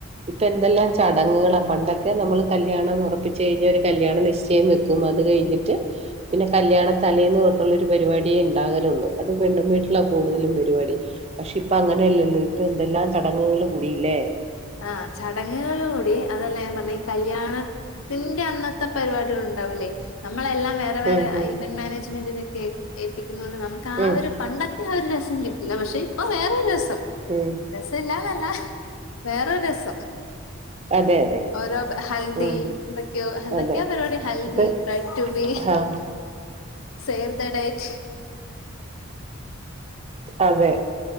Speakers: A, on the right; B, on the left.
A: ഇപ്പ എന്തെല്ലാം ചടങ്ങുകളാ പണ്ടൊക്കെ നമ്മൾ കല്യാണം ഉറപ്പിച്ച് കഴിഞ്ഞാൽ കല്യാ നി വെക്കും അത് കഴിഞ്ഞിട്ട് പിന്നെ കല്യാണ തലേന്ന് തൊട്ടുള്ള ഒരു പരിപാടി ഇണ്ടാകലുള്ളൂ അത് പെണ്ണ് വീട്ടിലാ കൂടുതലും പരിപാടി പക്ഷെ ഇപ്പ അങ്ങനെയല്ലല്ലോ ഇപ്പൊ എന്തെല്ലാം ചടങ്ങുകൾ കൂടില്ലേ
B: ആഹ് ചടങ്ങുകളൾ കൂടി അതല്ല ഞാൻ പറഞ്ഞ കല്യാണ ത്തിന്റെ അന്നത്തെ പരിപാടികൾ ഉണ്ടാവൂല്ല നമ്മളെല്ലാം വേറെ വ വേറെ
A: ഉം ഉം
B: ഇവന്റ് മാനേജ്മെന്റിനൊക്കെ എപ്പിക്കുന്നോണ്ട് നമുക്ക് ആഹ്
A: ഉം
B: ഒരു പണ്ടൊക്കെ ആ ഒരു രസം കിട്ടില്ല പക്ഷെ ഇപ്പൊ വേറെ ഒരു രസം
A: ഉം
B: തില്ലാ തല്ലാ വേറൊരസം
A: അതെ അതെ അതെ
B: ഓരോ ഹൽദി
A: ഉം
B: എന്തൊക്കെയോ എന്തൊക്കെയോ
A: അതെ
B: പരിപാടി ഹൽദി
A: ഇപ്പൊ
B: ബ്രൈ റ്റു ബി
A: ആഹ്
B: സേവ് ദ ഡൈറ്റ്
A: അതെ